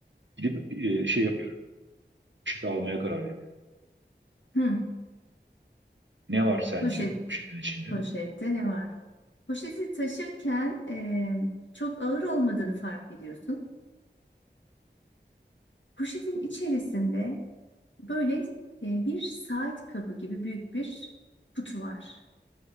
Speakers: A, on the right; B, on the left.
A: gidip e, şey yapıyorum. Poşeti almaya karar veriyorum.
B: Hı.
A: Ne var sence
B: Poşet.
A: poşetin içinde?
B: Poşette ne var? Poşeti taşırken e, çok ağır olmadığını fark ediyorsun. Poşetin içerisinde böyle e, bir saat kabı gibi büyük bir kutu var.